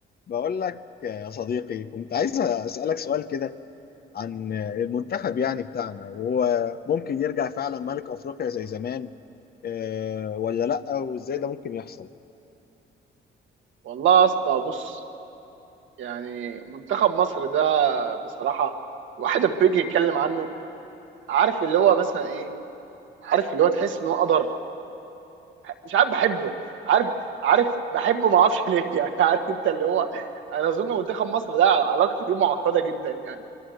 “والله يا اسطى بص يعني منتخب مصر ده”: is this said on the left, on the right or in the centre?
Right